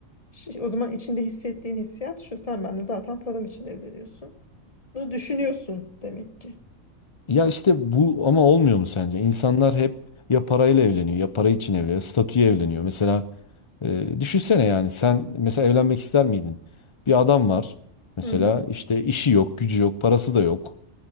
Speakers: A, on the left; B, on the left.
A: şi- o zaman içinde hissettiğin hissiyat şu sen benle zaten param için evleniyorsun. Bunu düşünüyorsun demek ki.
B: Ya işte bu ama olmuyor mu sence? İnsanlar hep ya parayla evleniyor ya para için evleniyor, statüye evleniyor. Mesela e, düşünsene yani sen mesela evlenmek ister miydin? Bir adam var mesela
A: Hı hı.
B: işte işi yok, gücü yok, parası da yok.